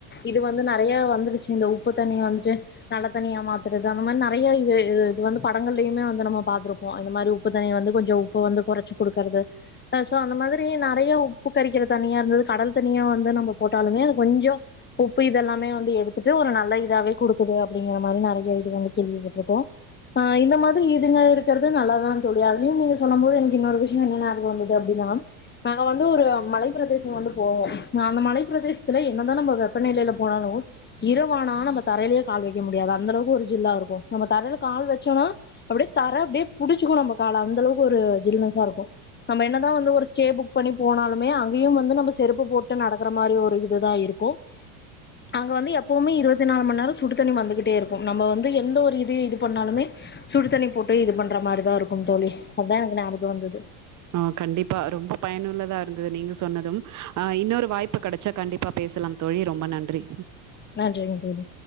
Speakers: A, on the left; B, on the right.
A: இது வந்து நெறையா வந்துருச்சு இந்த உப்பு தண்ணிய வந்துட்டு நல்ல தண்ணியா மாத்துறது தா அந்த மாரி நெறையா இது இது வந்து படங்கள்லயும் வந்து நம்ம பாத்துருப்போ அந்த மாரி உப்பு தண்ணிய வந்து கொஞ்ச உப்பு வந்து கொறச்சு குடுக்குறது அ சோ அந்த மாரி நெறயா உப்பு கறிக்கிற தண்ணியா இருந்தது கடல் தண்ணியு வந்து நம்ம போட்டாலுமே அது கொஞ்சோ உப்பு இதெல்லாமே வந்து எடுத்துட்டு ஒரு நல்ல இதாவே குடுக்குது அப்டிங்கற மாரி நெறைய இது வந்து கேள்விப்பட்ருக்கோ அ இந்த மாதிரி இதுங்க இருக் சொல்றது நல்லாதா தோழி அதையும் நீங்க சொல்லம் போது எனக்கு இன்னொரு விஷயம் என்ன நியாபகம் வந்துது அப்டின்னா நாங்க வந்து ஒரு மலைப்பிரதேசம் வந்து போவோ அந்த மலைப்பிரதேசத்துல என்னதா நம்ம வெப்பநிலைய்ல போனாலு இரவானா நம்ம தரையிலயே கால் வைக்க முடியாது அந்த அளவுக்கு ஒரு ஜில்லா இருக்கு நம்ம தரைய்ல கால் வச்சோம்னா அப்டியே தர அப்டியே புடிச்சுக்கனும் நம்ம கால அந்த அளக்கு ஒரு ஜில்னஸ்சா இருக்கு நாம என்னதா வந்து ஒரு ஸ்டே புக் பண்ணி போனாலுமே அங்கயும் வந்து நாம செருப்பு போட்டு நடக்கற மாரி ஒரு இதுதா இருக்கு அங்க வந்து எப்பவுமே இருவத்தி நாலு மண் நேரொ சுடு தண்ணி வந்துகிட்டே இருக்கும் நம்ம வந்து எந்த ஒரு இது இது பண்ணாலுமே சுடு தண்ணி போட் ண்ற மாரிதா இருக்கும் தோழி அதா எனக்கு ஞாபகோ வந்தது
B: ஆ கண்டிப்பா ரொம்ப பயனுள்ளதா இரு இருந்தது நீங்க சொன்னதும் ஆஹ் இன்னொரு வாய்ப்பு கெடச்சா கண்டிப்பா பேசலாம் தோழி ரொம்ப நன்றி
A: நன்றிங்க தோழி